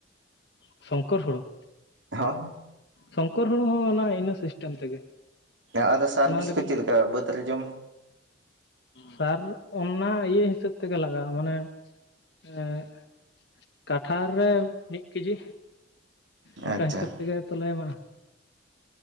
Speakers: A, on the left (about 60°); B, on the right (about 75°).
A: ᱥᱚᱝᱠᱚᱨ ᱦᱩᱲᱩ?
B: ᱦᱮᱸ᱾
A: ᱥᱚᱝᱠᱚᱨ ᱦᱩᱲᱩ ᱦᱚᱸ ᱚᱱᱟ ᱤᱱᱟᱹ ᱥᱤᱥᱴᱮᱢ ᱛᱮᱜᱮ᱾
B: ᱦᱮᱸ ᱟᱫᱚ ᱥᱟᱨᱵᱷᱤᱥ
A: ᱚᱱᱟ ᱞᱟᱹᱜᱤᱫ
B: ᱠᱚ ᱪᱮᱫ ᱞᱮᱠᱟ ᱵᱟᱹᱫᱽ ᱨᱮ ᱡᱚᱢ
A: ᱥᱟᱨ ᱚᱱᱟ ᱤᱭᱟᱹ ᱦᱤᱥᱟᱹᱵ ᱛᱮᱜᱮ ᱞᱟᱜᱟᱜᱼᱟ ᱢᱟᱱᱮ ᱮᱜ ᱠᱟᱴᱷᱟ ᱨᱮ ᱫᱚ ᱢᱤᱫ ᱠᱮᱡᱤ
B: ᱟᱪᱪᱷᱟ
A: ᱚᱱᱠᱟ ᱦᱤᱥᱟᱹᱵ ᱛᱮᱜᱮ ᱛᱚᱞᱮ ᱮᱢᱟᱜ-ᱟ᱾